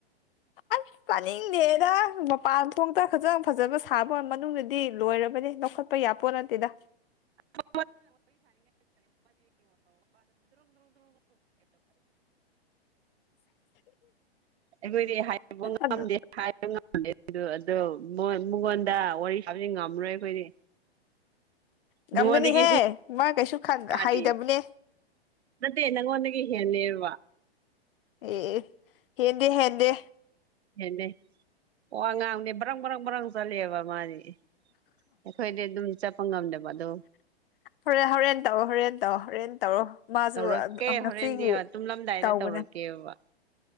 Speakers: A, on the left; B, on the right.
A: ꯑꯥꯁ ꯇꯅꯤꯡꯗꯦꯗ ꯃꯄꯥꯟ ꯊꯣꯡꯇ ꯈꯇ ꯐꯖꯕ ꯁꯥꯕ ꯃꯅꯨꯡꯗꯗꯤ ꯂꯣꯏꯔꯕꯅꯦ ꯂꯧꯈꯠꯄ ꯄꯌꯥꯄꯣꯠ ꯅꯠꯇꯦꯗ
B: <unintelligible> ꯑꯩꯈꯣꯏꯗꯤ ꯍꯥꯏ ꯉꯝꯗꯦ꯫
A: ꯑꯗꯨ
B: ꯑꯣ ꯃꯉꯣꯟꯗ ꯋꯥꯔꯤ ꯁꯥꯗꯤ ꯉꯝꯃꯔꯣꯏ ꯑꯩꯈꯣꯏꯗꯤ꯫
A: ꯉꯝꯒꯅꯤꯍꯦ
B: ꯅꯉꯣꯟꯗꯒꯤ ꯍꯦꯟ
A: ꯃꯥ ꯀꯩꯁꯨ
B: ꯃꯥꯗꯤ
A: ꯍꯩꯗꯕꯅꯦ꯫
B: ꯅꯠꯇꯦ ꯅꯪꯑꯣꯟꯗꯒꯤ ꯍꯦꯜꯂꯦꯕ
A: ꯑꯦ ꯍꯦꯟꯗꯤ ꯍꯦꯟꯗꯦ
B: ꯍꯦꯟꯗꯦ ꯋꯥ ꯉꯥꯡꯕꯗꯤ ꯕ꯭ꯔꯪ ꯕꯔꯪ ꯕꯔꯪ ꯆꯠꯂꯦꯕ ꯃꯥꯗꯤ꯫ ꯑꯩꯈꯣꯏꯗꯤ ꯑꯗꯨꯝ ꯆꯠꯄ ꯉꯝꯗꯕ ꯑꯗꯣ
A: ꯍꯣꯔꯦꯟ ꯍꯣꯔꯦꯟ ꯇꯧꯔꯣ ꯍꯣꯔꯦꯟ ꯇꯧ ꯍꯣꯔꯦꯟ ꯇꯧꯔꯣ꯫ ꯃꯥꯁꯨ
B: ꯇꯧꯔꯛꯀꯦ
A: ꯉꯁꯤꯒꯤ
B: ꯍꯣꯔꯦꯟꯗꯤ ꯇꯨꯝꯂꯝꯗꯥꯏꯗ
A: ꯇꯧꯕꯅꯦ
B: ꯇꯧꯔꯛꯀꯦꯕ꯫